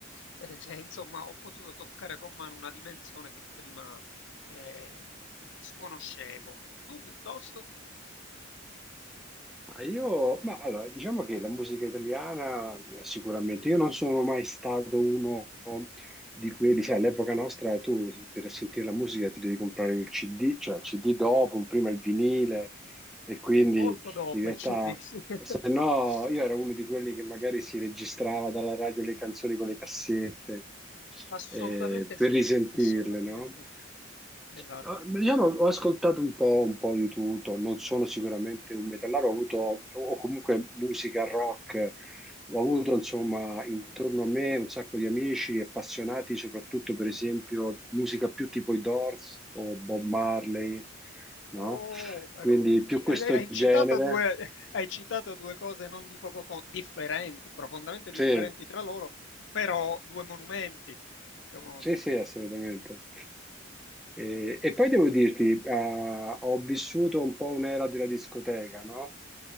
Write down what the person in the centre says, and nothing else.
ma io, ma allora, diciamo che la musica italiana eh, sicuramente, io non sono mai stato uno di quelli, sai, all'epoca nostra tu per sentire la musica ti devi comprare il CD, cioè il CD dopo, prima il vinile e quindi
in realtà
se no io ero uno di quelli che magari si registrava dalla radio le canzoni con le cassette
eh, per
risentirle,
no?
Eh, Io non- ho ascoltato un po', un po' di tutto, non sono sicuramente un metallaro, ho avuto, o comunque musica rock, ho avuto insomma intorno a me un sacco di amici appassionati, soprattutto per esempio musica più tipo i Doors o Bob Marley, no?
Quindi più
questo
genere,
sì,
Sì, sì, assolutamente. E, e poi devo dirti, eh, ho vissuto un po' un'era della discoteca, no?